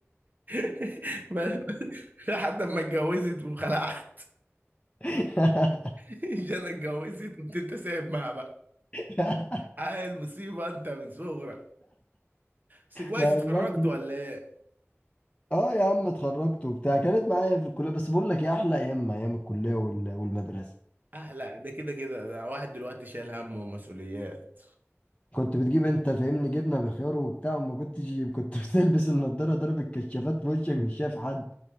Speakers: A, on the right; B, on the left.
A: <laughs> لحد ما اتجوزت وخلعت
B: <laughs>
A: <laughs> جانا اتجوزت قمت انت سايب معاها بقى
B: <laughs>
A: عيل مصيبه انت من صغرك بس كويس
B: ما
A: اتخرجت
B: هي دلوقتي
A: ولا ايه؟
B: اه يا عم اتخرجت وبتاع كانت معايا في الكليه بس بقول لك يا احلى ايام ايام الكليه وال- والمدرسه
A: اه لا ده كده كده ده واحد دلوقتي شايل هم ومسؤوليات
B: كنت بتجيب انت فاهمني جبنه بخيار وبتاع وما كنتش كنت <laughs> بتلبس النضاره ضرب الكشافات في وشك مش شايف حد